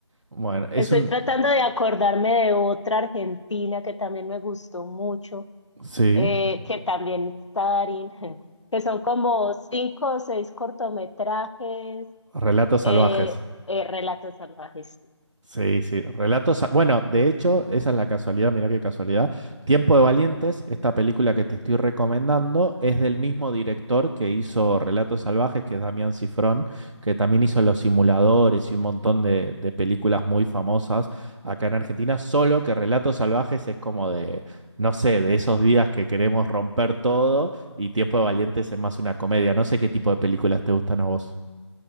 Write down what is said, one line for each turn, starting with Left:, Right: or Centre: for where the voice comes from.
Right: Bueno, es
Left: Estoy
Right: un...
Left: tratando de acordarme de otra argentina que también me gustó mucho.
Right: Sí,
Left: eh, que también está Darín, <laughs> que son como cinco o seis cortometrajes,
Right: Relatos
Left: eh,
Right: Salvajes.
Left: eh, relatos salvajes. sí.
Right: Sí, sí, relatos. Bueno, de hecho, esa es la casualidad, mira qué casualidad. Tiempo de Valientes, esta película que te estoy recomendando, es del mismo director que hizo Relatos Salvajes, que es Damián Cifrón, que también hizo Los Simuladores y un montón de, de películas muy famosas acá en Argentina, solo que Relatos Salvajes es como de, no sé, de esos días que queremos romper todo y Tiempo de Valientes es más una comedia. No sé qué tipo de películas te gustan a vos.